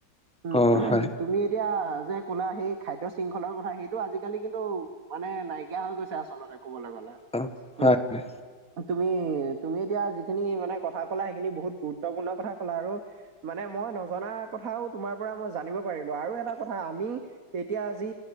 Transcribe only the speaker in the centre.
অ হয়
অ হয়
হয়